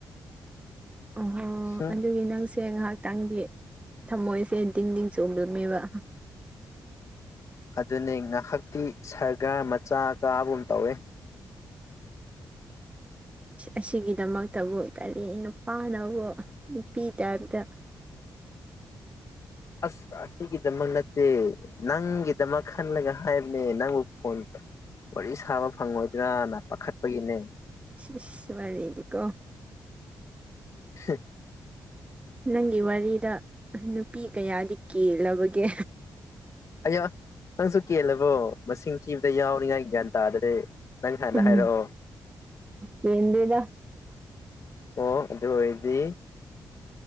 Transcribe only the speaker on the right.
ꯑꯣꯍꯣ
ꯑꯗꯨꯒꯤ ꯅꯪꯁꯦ ꯉꯥꯏꯍꯥꯛꯇꯪꯗꯤ ꯊꯝꯃꯣꯏꯁꯦ ꯗꯤꯡ ꯗꯤꯡ ꯆꯣꯂꯝꯃꯦꯕ
ꯑꯁꯤꯒꯤꯗꯃꯛꯇꯕꯨ ꯀꯔꯤ ꯅꯨꯄꯥꯅꯕꯨ ꯅꯨꯄꯤ ꯇꯥꯏꯞꯇ
ꯏꯁ ꯏꯁ ꯋꯥꯔꯤꯗꯤꯀꯣ
ꯅꯪꯒꯤ ꯋꯥꯔꯤꯗ ꯅꯨꯄꯤ ꯀꯌꯥꯗꯤ ꯀꯦꯜꯂꯕꯒꯦ
ꯎꯝ
ꯀꯦꯟꯗꯦꯗ